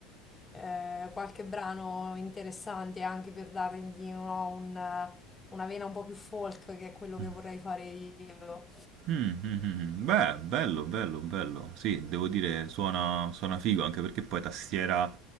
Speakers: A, on the left; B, on the right.
A: eh, qualche brano interessante anche per dargli no, un- una vena un po' più folk, che è quello
B: Mm.
A: che vorrei fare io.
B: Mm, mm, mm, mm. Beh, bello, bello, bello. Sì, devo dire, suona, suona figo, anche perché poi tastiera,